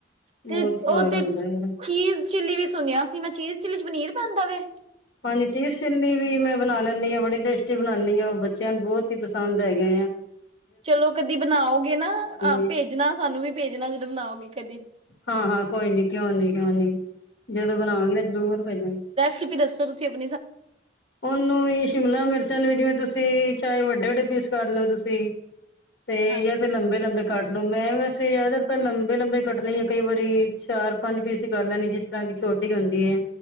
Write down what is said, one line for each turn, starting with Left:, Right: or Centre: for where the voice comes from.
Left: ਬਹੁਤ
Right: ਤੇ
Left: ਸਵਾਦ
Right: ਉਹ ਤੇ
Left: ਆਂਦਾ
Right: ਚੀਜ਼
Left: ਹੈਗਾ।
Right: ਚਿੱਲੀ ਵੀ ਸੁਣਿਆ ਸੀ ਮੈਂ। ਚੀਜ਼ ਚਿੱਲੀ ਚ ਪਨੀਰ ਪੈਂਦਾ ਵੇ?
Left: ਪੰਜ ਚੀਜ਼ ਚਿੱਲੀ ਵੀ ਮੈਂ ਬਣਾ ਲੈਂਦੀ ਹਾਂ, ਬੜੀ ਟੇਸਟੀ ਬਣਾਉਦੀ ਆ। ਉਹ ਬੱਚਿਆਂ ਨੂੰ ਬਹੁਤ ਹੀ ਪਸੰਦ ਹੈਗੇ ਹੈ।
Right: ਚਲੋ ਕਦੀ ਬਣਾਓਗੇ ਨਾ, ਹਾਂ
Left: ਹੈ
Right: ਭੇਜਣਾ ਸਾਨੂੰ ਵੀ ਭੇਜਣਾ ਜਦੋਂ ਬਣਾਓਗੇ। ਕਦੀ।
Left: ਹਾਂ -ਹਾਂ, ਕੋਈ ਨੀ-ਕਿਉਂ ਨੀ। ਕਿਉਂ ਨੀ ਜਦੋਂ ਬਣਾਵਾਂਗੇ ਤਾਂ ਜ਼ਰੂਰ ਪੈਜਾਂਗੇ।
Right: ਤੁਸੀ ਦੱਸੋ, ਤੁਸੀਂ ਅਪ
Left: ਉਹਨੂੰ ਵੀ, ਸ਼ਿਮਲਾ ਮਿਰਚਾਂ ਨੂੰ ਵੀ ਜਿਵੇਂ ਤੁਸੀਂ ਚਾਹੇ ਵੱਡੇ ਵੱਡੇ ਪੀਸ ਕਰ ਲਓ ਤੁਸੀਂ, ਤੇ
Right: ਹਾਂਜੀ
Left: ਜਾਂ ਤੇ ਲੰਬੇ ਲੰਬੇ ਕੱਟ ਨ ਮੈਂ ਵੈਸੇ ਯਿਆਦਾਤਰ ਲੰਬੇ ਲੰਬੇ ਕੱਟਣੀ ਹੈ ਕਈ ਵਾਰੀ, ਚਾਰ ਪੰਜ ਪੀਸ ਹੀ ਕਰ ਲੈਣੀ, ਜਿਸ ਤਰ੍ਹਾਂ ਕਿ ਛੋਟੀ ਹੁੰਦੀ ਹੈ